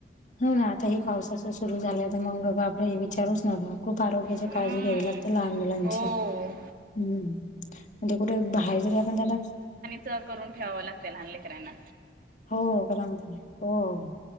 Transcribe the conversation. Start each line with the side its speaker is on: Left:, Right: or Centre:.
Left: हो ना आता हे पावसाचं सुरू झालंय तर मग बापरे हे विचारूच नकां. खूप आरोग्याची
Right: हम्म
Left: काळजी घ्यावी लागते लहान मुलांची.
Right: हो
Left: हम्म म्हणजे कुठे बाहेर जरी आपण त्यांना
Right: सगळं करून ठेवावं लागतं लहानलेकरांना
Left: हो हो